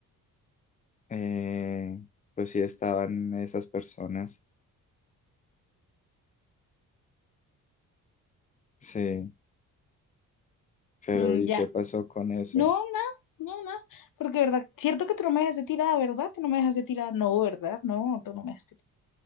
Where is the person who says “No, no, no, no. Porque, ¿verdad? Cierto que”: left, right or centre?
Left